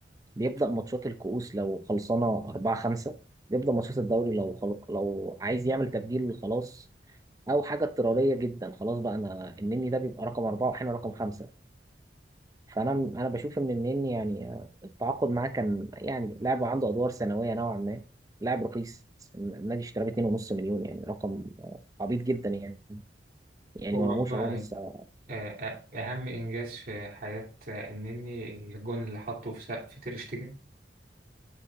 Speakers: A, on the right (about 20°); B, on the right (about 50°).
A: بيبدأ ماتشات الكؤوس لو خلصانة أربعة خمسة بيبدأ ماتشات الدوري لو خل... لو عايز يعمل تبديل خلاص أو حاجة اضطرارية جدا خلاص بقى أنا النني ده بيبقى رقم أربعة وأحيانا رقم خمسة فأنا أنا بشوف إن النني يعني آه، التعاقد معاه كان يعني لاعب عنده أدوار ثانوية نوعا ما لاعب رخيص النادي اشتراه ب 2.5 مليون يعني رقم آه، عبيط جدا يعني يعني
B: هو
A: مرموش
B: هو
A: أهو
B: يعني
A: لسه
B: آه، آه، أهم إنجاز في حياة آه، النني الجون اللي حطه في سقف في تير شتيجن